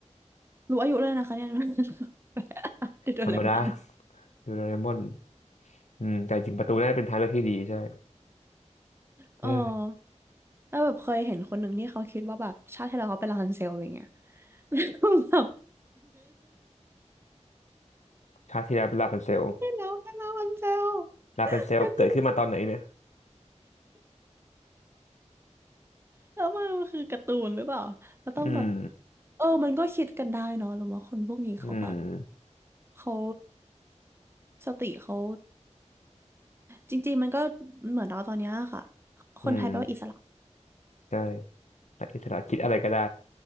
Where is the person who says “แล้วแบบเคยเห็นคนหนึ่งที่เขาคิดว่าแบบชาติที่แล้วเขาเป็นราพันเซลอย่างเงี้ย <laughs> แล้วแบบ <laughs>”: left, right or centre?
Right